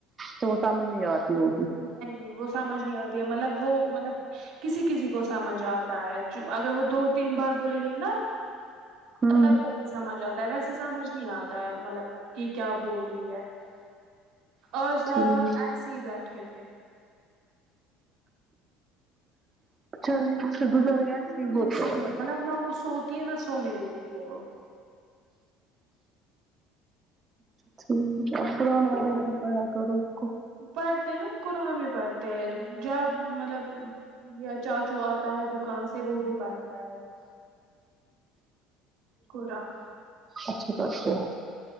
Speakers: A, on the right; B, on the right.
A: تو وہ سمجھ نہیں آتی وہ
B: نہیں نہیں وہ سمجھ نہیں آتی ہے مطلب وہ مطلب کسی کسی کو سمجھ آتا ہے جو اگر وہ دو تین بار بولے گی نا
A: ہوں
B: تب جا کے سمجھ آتا ویسے سمجھ نہیں آتا ہے مطلب کہ کیا بول رہی ہے آج رات
A: ٹھیک
B: ہم ایسے ہی بیٹھے تھے
A: <unintelligible>
B: مطلب وہ
A: ایسے
B: بالکل
A: ہی
B: نہیں
A: ہوتے
B: سونے
A: ہیں
B: مطلب نہ وہ سوتی ہے نہ سونے دیتی ہے وہ
A: ٹھیک ہے قرآن وغیرہ بھی پڑھا کرو اس کو
B: پڑھتے ہیں نا قرآن بھی پڑھتے ہیں جب مہ مطلب یا چاچو آتا ہے دکان سے وہ بھی پڑھتا ہے قرآن
A: اچھا کر تے ہیں